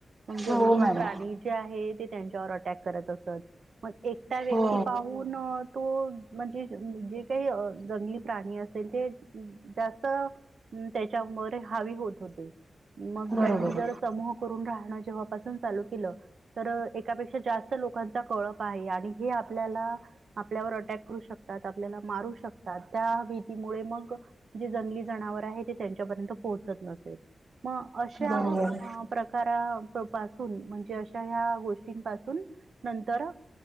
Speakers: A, on the right (about 75°); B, on the right (about 35°).
A: मग जंगली
B: हो मॅडम
A: प्राणी जे आहे ते त्यांच्यावर अटॅक करत असत. मग एकट व्यक्ती
B: हो
A: पाहून तो म्हणजे जे काही जंगली प्राणी असेल ते जास्त त्याच्या हवी होत होते मग
B: बरोबर
A: त्यांनी जर समूह करून राहण जेव्हापासून चालू केलं. तर एकापेक्षा जास्त लोकांचा कळप आहे आणि हे आपल्याला आपल्यावर अटॅक करू शकतात आपल्याला मारू शकतात त्या भीतीमुळे मग जे जंगली जनावर आहे ते त्यांच्यापर्यंत पोहोचत नसेल. मग अशा
B: बरोबर
A: प्रकारा पासून म्हणजे अशा ह्या गोष्टींपासून नंतर